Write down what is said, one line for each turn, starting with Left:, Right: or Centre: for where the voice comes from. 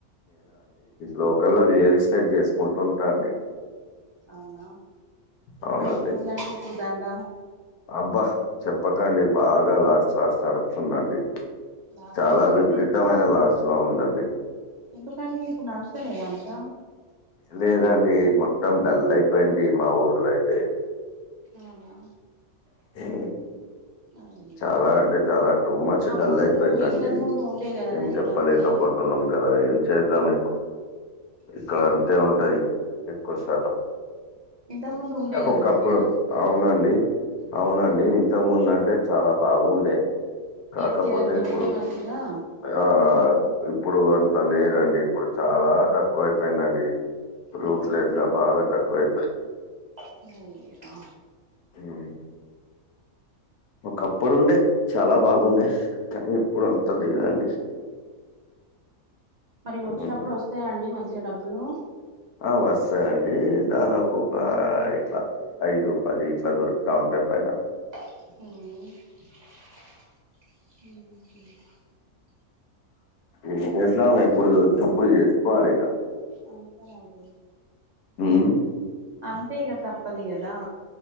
Left: లోకల్ లో రియల్ ఎస్టేట్ చేసుకుంటుంటాండి
Right: అవునా
Left: అవునండి
Right: మరి ఎట్లుందండి ఇప్పుడు దండ
Left: అబ్బా చెప్పకండి బాగా లాస్ట్ లాస్ట్ నడుతుందండి
Right: లాస్ట్
Left: చాలా
Right: లో ఉందండి
Left: విపరీతమైన లాస్ లో ఉందండి
Right: ఎందుకండి ఇప్పుడు నడుస్తలేదా అంత
Left: లేదండి మొత్తం డల్ అయిపోయింది మా ఊర్లో అయితే
Right: అవునా
Left: ఉ
Right: అయ్యో
Left: చాలా అంటే చాలా టూ మచ్
Right: ఆ
Left: డల్
Right: ముందు
Left: అయిపోయిందండి
Right: ఇంతకు ముందు ఉండే కదనండి
Left: ఏం చెప్పలేకపోత
Right: మంచిగా
Left: న్నాం కదా ఏం చెస్దాం ఇక్కడ అంతే ఉంటది ఎక్కువ శాతం
Right: ఇంతకు ముందు ఉండే కదనండి
Left: ఒకప్పుడు
Right: మంచిగా దండ
Left: అవునండి అవునండి ఇంతకు ముందు అంటే చాలా బాగుండే
Right: కేసీఆర్ది
Left: కాకపోతే ఇప్పుడు
Right: ఉండే మంచిగా
Left: ఆ ఇప్పుడు అంత లేదండి ఇప్పుడు చాలా తక్కువ ఐపోయిందండి రూట్లెస్
Right: ఉ
Left: గా బాగా తక్కువైపోయ్
Right: అయ్యో
Left: హ్మ్. ఒకప్పుడుండే చాలా బాగుండే కానీ ఇప్పుడు అంత లేదండి
Right: మరి వచ్చినప్పుడు
Left: హ్మ్.
Right: వస్తాయా అండి మంచిగా డబ్బులు
Left: ఆ వస్తాయి అండి దాదాపు ఒక ఇట్ల ఐదు పది ఇట్ల దొరుకుతా ఉంటంది చెప్పైనప్ప
Right: హ
Left: ఏం చేసినాం ఎప్పుడు వచినప్పుడు చేసుకోవాలి ఇక
Right: అంతేనండి
Left: ఆమ్
Right: అంతేగా తప్పదికదా